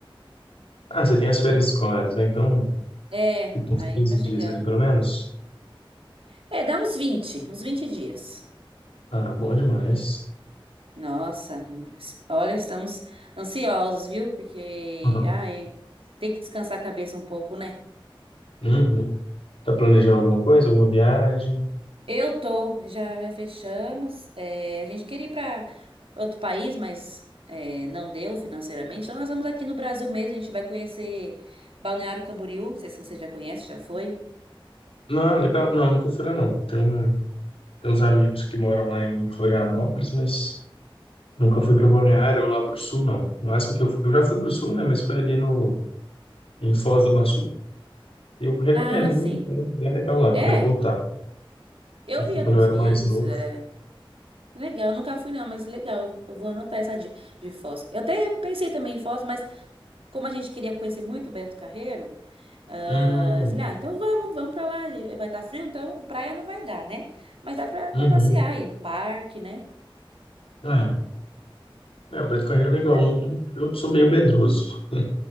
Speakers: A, on the left; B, on the right.
A: Ah, você tem as férias escolares, né? Então,
B: É,
A: fica uns
B: aí
A: 15
B: tá chegando.
A: dias ali pelo menos.
B: É, dá uns vinte, uns vinte dias.
A: Ah, bom demais.
B: Nossa, nós- olha, estamos ansiosos, viu? Porque,
A: Uhum.
B: ai, tem que descansar a cabeça um pouco, né?
A: Uhum. Tá planejando alguma coisa, alguma viagem?
B: Eu tô, já, já fechamos. É, a gente queria ir para outro país, mas é, não deu financeiramente. Então nós vamos aqui no Brasil mesmo, a gente vai conhecer Balneário Camboriú. Não sei se você já conhece, já foi.
A: Não, legal, não, nunca fui lá não. Tem, um- tem uns amigos que moram lá em Florianópolis, mas Nunca fui para Balneário ou lá para o sul, não. No máximo que eu fui, eu já fui para o sul, né? Mas foi ali no, em Foz do Iguaçu. Eu recomendo,
B: Ah, sim.
A: viu? É bem legal lá,
B: É,
A: quero voltar.
B: eu
A: Eu fui
B: vi alguns
A: quando eu era
B: vídeos.
A: mais novo.
B: É, legal, eu nunca fui não, mas legal. Eu vou anotar essa dica de Foz. Eu até pensei também em Foz, mas como a gente queria conhecer muito Beto Carreiro, Ah,
A: Hum,
B: eu falei, ah, então vamos, vamos pra lá. Vai estar frio, então praia não vai dar, né? Mas dá pra,
A: uhum.
B: pra passear aí no parque, né?
A: Ah, é, o Beto Carreiro é legal.
B: É,
A: Eu eu sou meio medroso, pra